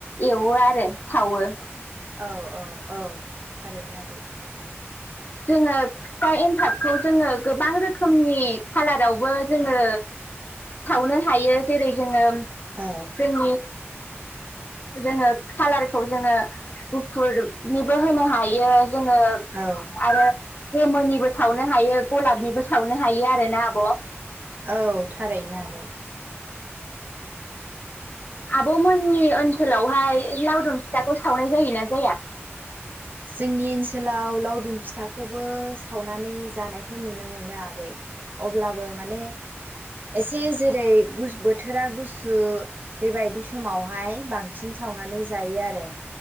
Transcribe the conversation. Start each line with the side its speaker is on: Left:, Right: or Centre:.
Left: एवो आरो सावो।
Right: औ औ औ। थारैनो आगै।
Left: जोङो बिफा एनथाबखौ जोङो गोबां रोखोमनि खालारावबो जोङो सावनो हायो जेरै जोङो
Right: औ
Left: जोंनि जोङो खाालारखौ जोङो गुफुरनि बो होनो हायो। जोङो
Right: औ
Left: आरो बेमोननिबो सावनो हायो गलाबनिबो सावनो हायो आर ना आब'।
Right: औ थारैनो आगै।
Left: आब'मोननि ओनसोलावहाय लावदुम फिथाखौ सावनाय जायोना जाया।
Right: जोंनि ओनसोलाव लावदुम फिथाखौबो सावनानै जानायखौ नुनो मोनो आगै अब्लाबो माने एसे जेरै बोथोरा गुसु बेबायदि समावहाय बांसिन सावनानै जायो आरो